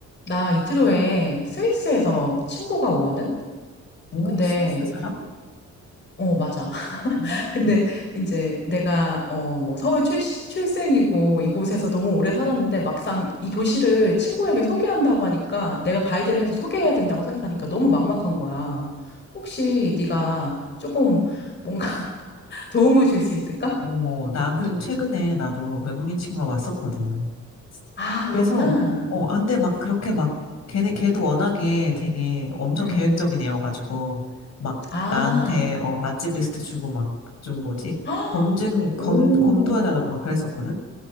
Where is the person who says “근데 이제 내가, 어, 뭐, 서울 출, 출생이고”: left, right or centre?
Left